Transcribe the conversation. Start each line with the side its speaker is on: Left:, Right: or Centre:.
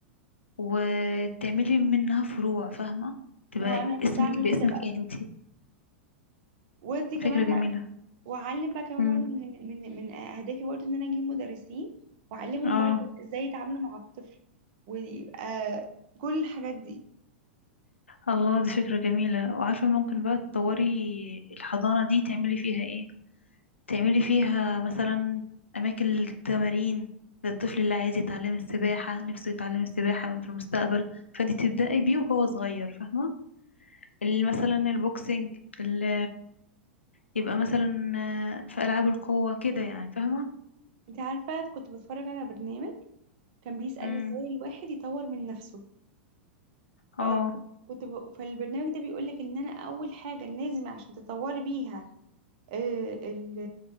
Left: وتعملي منها فروع فاهمة تبقى
Right: ما هو انا
Left: اسمك
Right: كنت اعمل
Left: باسمك
Right: كده بقى
Left: انتي
Right: ودي كمان
Left: فكرة جميلة
Right: بقى واعلم بقى كمان
Left: امم
Right: برضه من من من اهدافي برضه ان انا اجيب مدرسين واعلمهم
Left: اه
Right: برضه ازاي يتعاملوا مع الطفل وكل الحاجات دي
Left: الله دي فكرة جميلة وعارفة ممكن بقى تطوري الحضانة دي تعملي فيها ايه تعملي فيها مثلا أماكن للتمارين للطفل اللي عايز يتعلم السباحة نفسه يتعلم السباحة من في المستقبل فانت تبدأي بيه وهو صغير فاهمة اللي مثلا البوكسينج اللي يبقى مثلا آه، في ألعاب القوة كده يعني فاهمة
Right: انت عارفه كنت بتفرج على برنامج كان بيسأل
Left: امم
Right: ازاي الواحد يطور من نفسه فكنت
Left: اه
Right: كنت ب... فالبرنامج ده بيقولك ان انا اول حاجة لازم عشان تطوري بيها آه، ال...